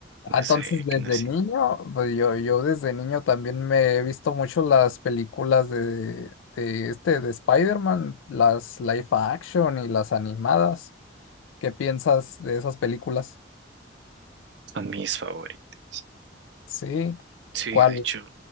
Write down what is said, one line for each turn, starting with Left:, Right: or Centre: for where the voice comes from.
Right: desde
Left: Ah, Entonces, desde
Right: que nací,
Left: niño, pues yo, yo desde niño también me he visto mucho las películas de, de este, de Spider-Man, las live action y las animadas. ¿Qué piensas de esas películas?
Right: son mis favoritos.
Left: Sí.
Right: Sí,
Left: ¿Cuál?
Right: de hecho,